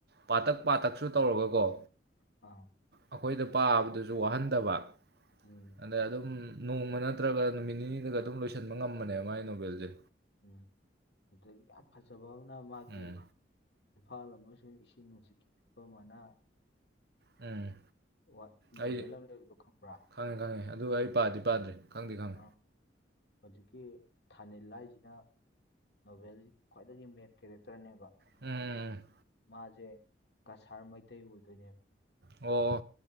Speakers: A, on the right (about 60°); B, on the left (about 60°).
A: ꯄꯥꯇꯛ ꯄꯥꯇꯛꯁꯨ ꯇꯧꯔꯒꯒꯣ
B: ꯑꯥ
A: ꯑꯩꯈꯣꯏꯗ ꯄꯥꯕꯗꯖꯨ ꯋꯥꯍꯟꯗꯕ
B: ꯎꯝ
A: ꯑꯗꯩ ꯑꯗꯨꯝ ꯅꯣꯡꯃ ꯅꯠꯇ꯭ꯔꯒ ꯅꯨꯃꯤꯠ ꯅꯤꯅꯤꯗꯒ ꯑꯗꯨꯝ ꯂꯣꯏꯁꯤꯟꯕ ꯉꯝꯕꯅꯦꯕ ꯃꯥꯒꯤ ꯅꯣꯕꯦꯜꯖꯦ
B: ꯎꯝ ꯑꯗꯨꯗꯒꯤ ꯌꯥꯝ ꯐꯖꯕ ꯑꯃꯅ ꯃꯥꯒꯤ
A: ꯎꯝ
B: ꯏꯝꯐꯥꯜ ꯑꯃꯁꯨꯡ ꯏꯁꯤꯡ ꯅꯨꯡꯁꯤꯠꯀꯤ ꯐꯤꯕꯝ ꯑꯅ
A: ꯎꯝ
B: ꯋꯥ ꯅꯣꯕꯦꯜ
A: ꯑꯩ
B: ꯑꯃ ꯂꯩꯕꯗꯣ ꯈꯪꯕ꯭ꯔꯥ
A: ꯈꯪꯉꯦ ꯈꯪꯉꯦ ꯑꯗꯨ ꯑꯩ ꯄꯥꯗꯤ ꯄꯥꯗ꯭ꯔꯤ ꯈꯪꯗꯤ ꯈꯪꯉꯦ
B: ꯑ ꯍꯨꯖꯤꯛꯀꯤ ꯊꯥꯅꯤꯜ ꯍꯥꯏꯖꯤꯅ ꯅꯣꯚꯦꯜꯖꯤꯒꯤ ꯈ꯭ꯋꯥꯏꯗꯒꯤ ꯃꯦꯟ ꯀꯦꯔꯦꯛꯇꯔꯅꯦꯕ
A: ꯎꯝ ꯎꯝ ꯎꯝ
B: ꯃꯥꯁꯦ ꯀꯁꯥꯔ ꯃꯩꯇꯩ ꯑꯣꯏꯗꯣꯏꯅꯦꯕ
A: ꯑꯣ